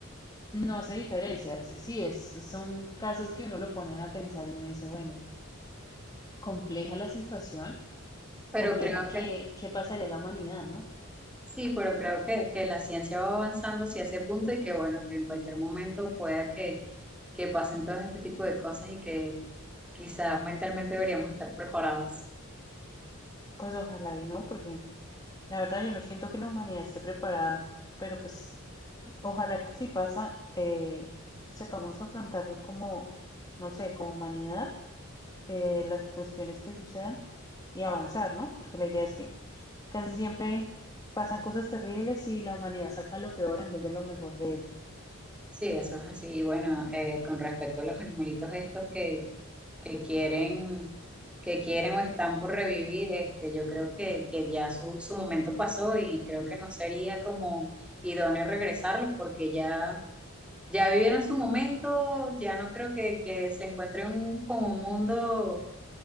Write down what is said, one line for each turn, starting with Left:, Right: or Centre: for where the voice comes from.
Left: No hace diferencia. Es- sí, es, son casos que uno lo ponen a pensar y uno dice, bueno, compleja la situación
Centre: Pero
Left: compleja
Centre: creo
Left: que, que pasaría la humanidad, ¿no?
Centre: Sí, pero creo que, que la ciencia va avanzando hacia ese punto y que, bueno, que en cualquier momento pueda que, que pasen todo este tipo de cosas y que quizás mentalmente deberíamos estar preparados.
Left: Pues ojalá y no, porque la verdad yo no siento que la humanidad esté preparada, pero pues ojalá que si pasa, eh, sepamos afrontarlo como, no sé, como humanidad, eh, las cuestiones que sucedan y avanzar, ¿no? Porque la idea es que casi siempre pasan cosas terribles y la humanidad saca lo peor en vez de lo mejor de ella.
Centre: Sí, eso es así. Y bueno, eh, con respecto a los animalitos estos que, que quieren, que quieren o están por revivir, este, yo creo que, que ya su, su momento pasó y creo que no sería como idóneo regresarlos porque ya Ya vivieron su momento, ya no creo que, que se encuentren un- con un mundo